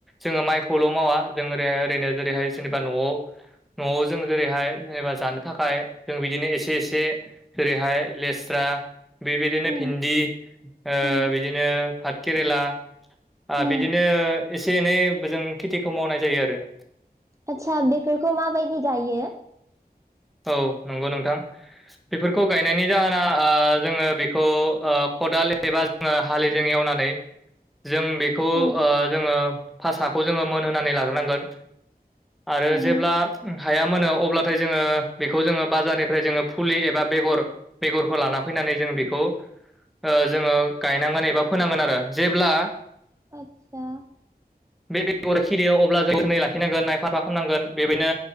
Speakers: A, in the centre; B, on the right (about 20°).
A: जोङो माइखौल' मावा जों ओरैहाय ओरैनो जेरैहाय जेनेबा न'आव न'आव जों जेरैहाय एबा जेनेबा जानो थाखाय जों बिदिनो एसे एसे जेरैहाय लेस्रा बेबायदिनो
B: उम
A: भिन्दि ओ
B: उम
A: बिदिनो पाट केेरेला ओ
B: उम
A: बिदिनो एसे एनै जों खेथिखौ मावनाय जायो आरो।
B: आदसा बेफोरखौ माबायदि गायो?
A: औ नंगौ नोंथां। बेफोरखौ गायनायनि जाहोना ओ जोङो बेखौ ओ खदाल एबा जोङो हालिजों एवनानै
B: <inaudible>
A: जों बेखौ
B: उम
A: ओ जोङो भासाखौ जोङो मोनहोनानै लाग्रोनांगोन। आरो
B: उम
A: जेब्ला हाया मोनो अब्लाथाय जोङो बेखौ जोङो बाजारनिफ्राय जोङो फुलि एबा बेगर बेगरखौ लाना फैनानै जोङो बेखौ ओ जोङो गायनांगोन एबा फोनांगोन आरो जेब्ला
B: आदसा
A: बे बेगर खिलियो, अब्ला <unintelligible> जोथोनै लाखिनांगोन नायफा साफा खालामनांगोन बेबायनो